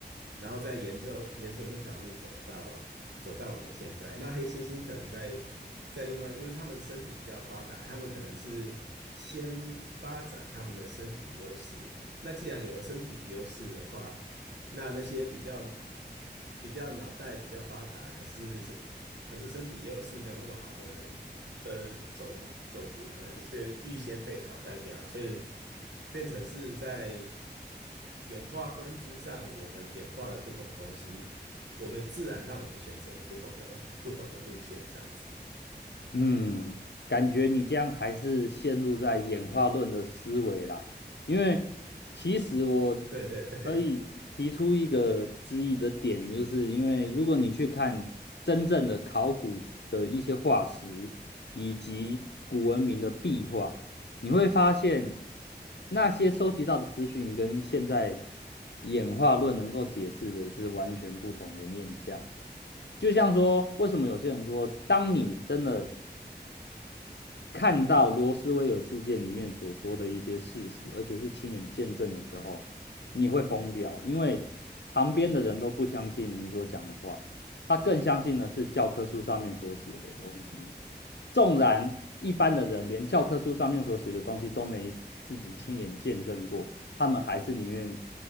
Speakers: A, on the right; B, on the left.
A: 然后再沿着沿着那条路走。走到我们现在。那黑猩猩可能在在另外，因为他们身体比较发达，他们可能是先发展他们的身体优势。那既然有了身体优势的话，那那些比较比较脑袋比较发达，可是身可是身体优势没有那么好的人，的种种族可能是预先被淘汰掉了，所以变成是在演化分支上，我们演化了不同的东西，我们自然让我们选择了不同的不同的路线，这样子。
B: 嗯，感觉你这样还是陷入在演化论的思维啦。因为其实我
A: 对对对，
B: 可以提出一个质疑的点，就是因为如果你去看真正的考古的一些化石，以及古文明的壁画，你会发现那些收集到的资讯跟现在演化论能够解释的是完全不同的面向。就像说，为什么有些人说，当你真的看到罗斯威尔事件里面所说的一些事实，而且是亲眼见证了之后，你会疯掉，因为旁边的人都不相信你所讲的话，他更相信的是教科书上面所写的东西。纵然一般的人连教科书上面所写的东西都没自己亲眼见证过，他们还是宁愿